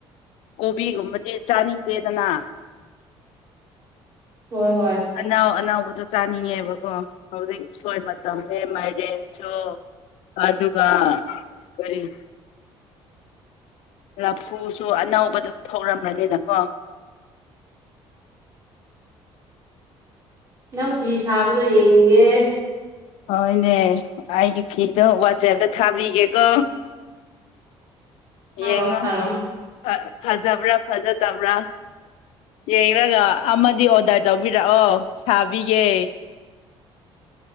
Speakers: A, on the left (about 85°); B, on the right (about 35°).
A: ꯀꯣꯕꯤꯒꯨꯝꯕꯗꯤ ꯆꯥꯅꯤꯡꯗꯦꯗꯅ
B: ꯍꯣꯏ ꯍꯣꯏ
A: ꯑꯅꯥꯎ ꯑꯅꯥꯎꯕꯗꯣ ꯆꯥꯅꯤꯡꯉꯦꯕꯀꯣ ꯍꯧꯖꯤꯛ ꯎꯁꯣꯏ ꯃꯇꯝꯅꯦ ꯃꯥꯏꯔꯦꯟꯁꯨ ꯑꯗꯨꯒ ꯀꯔꯤ ꯂꯐꯨꯁꯨ ꯑꯅꯧꯕꯗ ꯊꯧꯔꯝ꯭ꯔꯅꯤꯅꯀꯣ
B: ꯅꯪ ꯐꯤ ꯁꯥꯕꯗꯣ ꯌꯦꯡꯅꯤꯡꯉꯦ
A: ꯍꯣꯏꯅꯦ ꯑꯩꯒꯤ ꯐꯤꯗꯣ ꯋꯥꯆꯦꯞꯇ ꯊꯥꯕꯤꯒꯦꯀꯣ
B: ꯊꯥꯔꯛꯑꯣ
A: ꯌꯦꯡꯉꯣ
B: ꯊꯥꯔꯛꯑꯣ
A: ꯑ ꯐꯖꯕ꯭ꯔꯥ ꯐꯖꯗꯕ꯭ꯔꯥ ꯌꯦꯡꯂꯡꯒ ꯑꯃꯗꯤ ꯑꯣꯔꯗꯔ ꯇꯧꯕꯤꯔꯛꯑꯣ ꯁꯥꯕꯤꯒꯦ